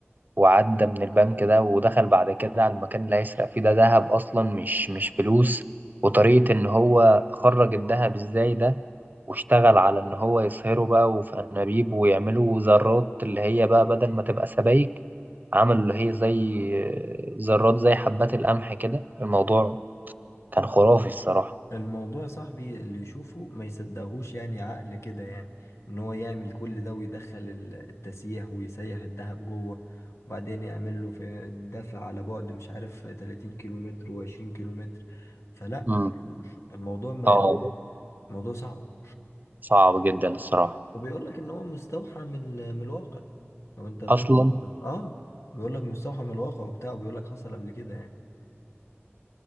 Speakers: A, on the right; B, on the left.
A: وعدى من البنك ده ودخل بعد كده على المكان اللي هيسرق فيه ده ذهب أصلا مش مش فلوس وطريقة إن هو خرج الذهب إزاي ده واشتغل على إن هو يصهره بقى وفي أنابيب ويعملوا ذرات اللي هي بقى بدل ما تبقى سبايك عملوا اللي هي زي آه، ذرات زي حبات القمح كده الموضوع كان خرافي الصراحة
B: الموضوع يا صاحبي اللي يشوفه ما يصدقهوش يعني عقل كده يعني ان هو يعمل كل ده ويدخل ال- التسيح ويسيح الذهب جوه وبعدين يعمل له في الدفع على بعد مش عارف 30 كيلومتر و20 كيلومتر فلا
A: مم.
B: يعني الموضوع ما
A: اه
B: الموضوع صعب
A: صعب جدا الصراحة
B: وبيقول لك ان هو مستوحى من ال- من الواقع لو انت بت...
A: أصلا
B: اه بيقول لك مستوحى من الواقع وبتاع وبيقول لك حصل قبل كده يعني